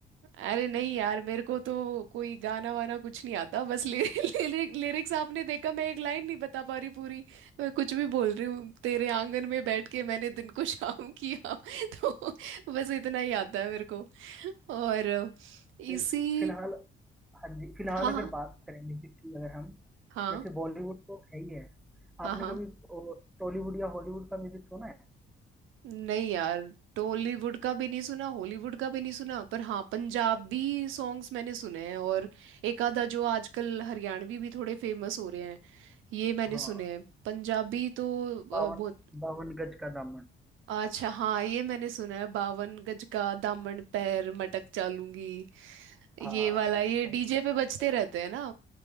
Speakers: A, on the right; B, in the centre.
A: अरे नहीं यार मेरे को तो कोई गाना वाना कुछ नहीं आता बस ले, <laughs> ले, लिरिक्स आपने देखा मैं एक लाइन नहीं बता पा रही पूरी तो मैं कुछ भी बोल रही हूँ तेरे आंगन में बैठ के मैंने दिन को शाम किया <laughs> तो बस इतना ही आता है मेरे को और इसी
B: फिल फिलहाल हाँ जी फिलहाल
A: हाँ
B: अगर
A: हाँ
B: बात करेंगे कि अगर हम
A: हाँ
B: जैसे बॉलीवुड तो है ही है
A: हाँ
B: आपने
A: हाँ
B: कभी टॉलीवुड या हॉलीवुड का म्यूजिक सुना है
A: नहीं यार टॉलीवुड का भी नहीं सुना हॉलीवुड का भी नहीं सुना पर हाँ पंजाबी सॉन्ग्स मैंने सुने हैं और एक आधा जो आजकल हरियाणवी भी थोड़े फेमस हो रहे हैं ये मैंने
B: हाँ
A: सुने हैं पंजाबी तो अ,
B: बावन
A: हाँ बहुत
B: बावन गज का दामन
A: अच्छा हाँ ये मैंने सुना है बावन गज का दामन पैर मटक चालूंगी
B: हाँ
A: ये वाला ये
B: बहुत
A: डीजे पे बजते
B: सारा।
A: रहते हैं ना